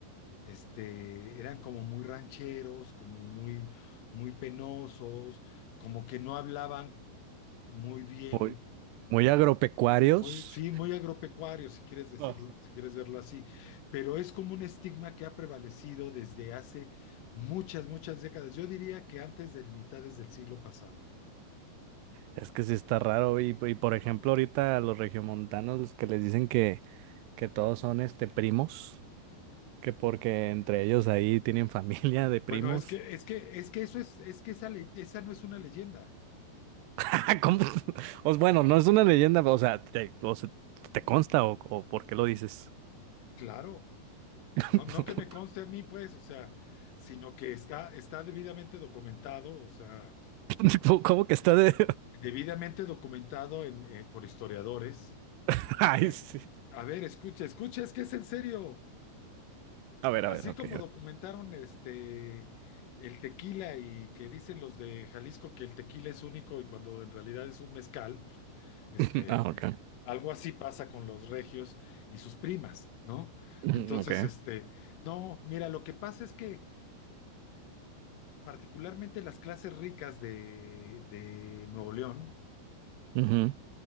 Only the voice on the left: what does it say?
este, eran como muy rancheros, como muy, muy penosos, como que no hablaban muy bien
Muy, sí, muy agropecuario, si quieres decirlo,
si quieres verlo así, pero es como un estigma que ha prevalecido desde hace muchas, muchas décadas. Yo diría que antes de mitades del siglo pasado.
Bueno, es que,
es que, es que eso es, es que esa, le- esa no es una leyenda.
Claro,
no, no que me conste a mí, pues, o sea, sino que está, está debidamente documentado, o sea,
debidamente documentado en, eh, por historiadores.
Eh,
A ver, escucha, escucha, es que es en serio.
Así
como documentaron este el tequila y que dicen los de Jalisco que el tequila es único y cuando en realidad es un mezcal, este,
algo así pasa con los regios y sus primas, ¿no?
Entonces,
este, no, mira, lo que pasa es que particularmente las clases ricas de, de Nuevo León,